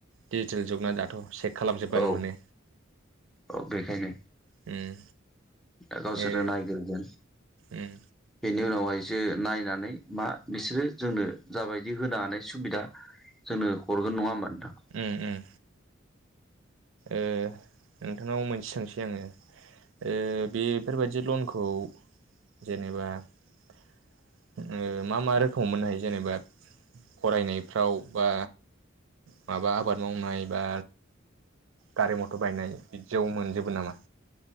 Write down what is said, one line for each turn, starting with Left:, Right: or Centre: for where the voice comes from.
Right: डिजिटेल जुगना दाथ' सेक बोबानो
Centre: औ
Right: मोनो
Centre: औ बेखायनो
Right: उम
Centre: दा गावसोरो
Right: ए
Centre: नायग्रोगोन
Right: उम
Centre: बेनि उनावहायसो नायनानै मा बिसोरो जोंनो जाबायदि होनो हानाय सुबिदा जोंनो हरगोन नङा होमबा नोंथां
Right: उम उम ओ नोंथांनाव मोनसे सोंसै आङो ओ बेफोरबायदि जि लनखौ जेनेबा ओ मा मा रोखोमाव मोननो हायो जेनेबा फरायनायफ्राव बा माबा आबाद मावनाय बा गारि मथर बायनाय बिदियाव मोनजोबो नामा